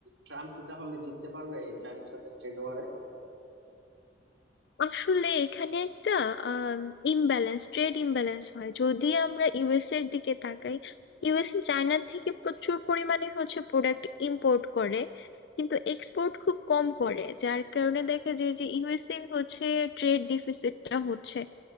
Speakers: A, on the right (about 85°); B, on the left (about 65°).
A: ট্রাম্প কি তাহলে জিততে পারবে এই চায়নার সাথে ট্রেড ওয়ারে
B: আসলে এখানে একটা ইমব্যালেন্স ট্রেড ইমব্যালেন্স হয় যদি আমরা ইউএস এর দিকে তাকাই ইউএস চায়না থেকে প্রচুর পরিমাণে হচ্ছে প্রোডাক্ট ইম্পোর্ট করে কিন্তু এক্সপোর্ট খুব কম করে যার কারণে দেখা যায় যে ইউএস এর হচ্ছে ট্রেড ডিফিসিটটা হচ্ছে